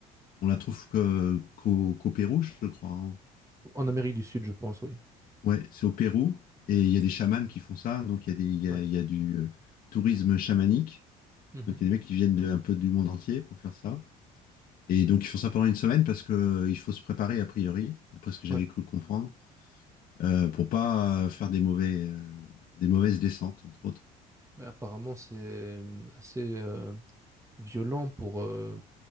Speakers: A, on the left (about 55°); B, on the right (about 15°).
A: on la trouve que- qu'au qu'au Pérou, je crois. hein.
B: En Amérique du Sud, je pense, oui.
A: Ouais, c'est au Pérou. Et il y a des chamans qui font ça. Donc il y a des, il y
B: Ouais.
A: a, il y a du euh, tourisme chamanique.
B: Mhm.
A: Donc il y a des mecs qui viennent de, un peu du monde entier pour faire ça. Et donc ils font ça pendant une semaine parce que euh, il faut se préparer a priori, d'après ce que j'avais
B: Ouais.
A: cru comprendre. euh, pour pas euh, faire des mauvais, euh, des mauvaises descentes, entre autres.
B: Mais apparemment, c'est euh, assez euh, violent pour euh,